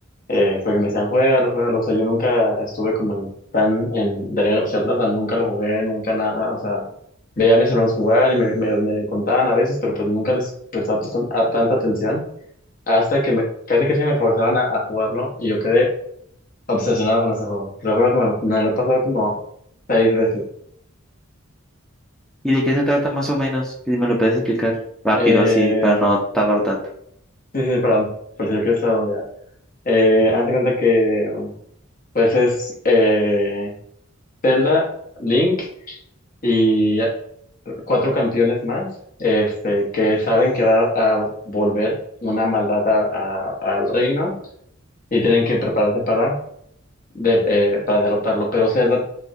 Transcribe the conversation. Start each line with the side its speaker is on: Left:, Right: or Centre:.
Left: eh, porque me decían, juégalo, juégalo, o sea, yo nunca estuve como en- tan en The Legend of Zelda, o sea, nunca lo jugué, nunca nada, o sea, veía a mis hermanos jugar y me, me, me contaban a veces, pero pues nunca les prestaba tan- a tanta atención, hasta que me, casi que se me forzaron a, a jugarlo y yo quedé obsesionado con ese juego, te lo juro que me lo, me lo he pasado como seis veces.
Centre: ¿Y de qué se trata más o menos? Si me lo puedes explicar rápido
Left: Eh,
Centre: así para no tardar tanto.
Left: sí, sí, perdón, por si lo quieres redondear. Eh, haz de cuenta que, pues es eh, Zelda, Link, y cuatro campeones más, este, que saben que va a volver una maldad a- a- al reino y tienen que prepararse para, de- eh, para derrotarlo. Pero Zelda